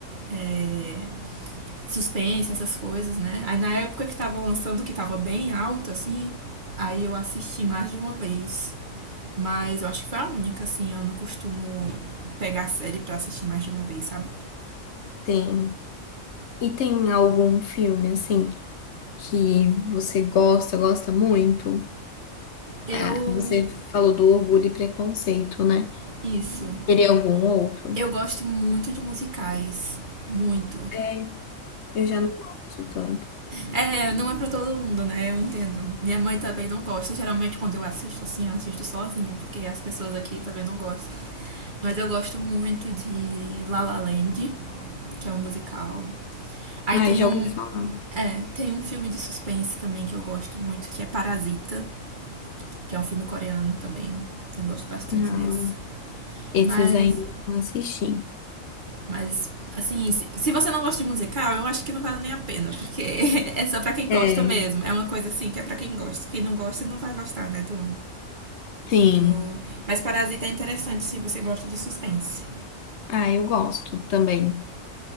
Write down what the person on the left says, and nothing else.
tem. E tem algum filme, assim, que você gosta, gosta muito?
É, você falou do Orgulho e Preconceito, né?
Teria algum outro?
É, eu já não gosto tanto.
Ai,
já
ouvi falar.
Ah,
esses
aí eu não assisti.
É,
sim.
Ah, eu gosto também.